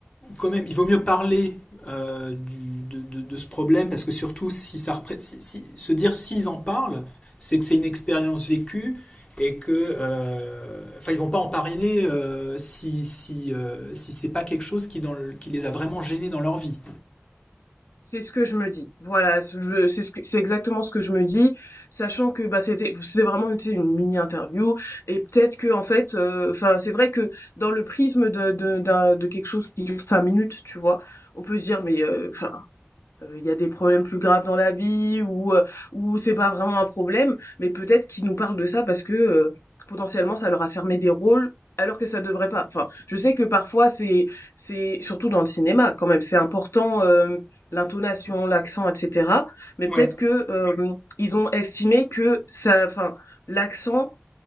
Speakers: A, on the left (about 25°); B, on the left (about 75°).
A: quand même, il vaut mieux parler euh, du- de, de- de ce problème parce que surtout, si ça repré- si- si- se dire s'ils en parlent, c'est que c'est une expérience vécue et que, euh, enfin, ils vont pas en parler euh, si si euh, si c'est pas quelque chose qui dans le- qui les a vraiment gênés dans leur vie.
B: C'est ce que je me dis. Voilà, ce- je- c'est ce que- c'est exactement ce que je me dis, sachant que bah c'était c'est vraiment une, tu sais, une mini interview et peut-être que en fait, euh, enfin c'est vrai que dans le prisme de de, d'un- de quelque chose qui dure cinq minutes, tu vois, on peut se dire mais euh, enfin, euh, il y a des problèmes plus graves dans la vie ou heu, ou c'est pas vraiment un problème, mais peut-être qu'ils nous parlent de ça parce que, heu, potentiellement ça leur a fermé des rôles alors que ça devrait pas. Enfin, je sais que parfois c'est c'est surtout dans le cinéma quand même, c'est important, hem, l'intonation, l'accent et cetera, mais
A: Ouais.
B: peut-être que, hem, ils ont estimé que ça enfin, l'accent,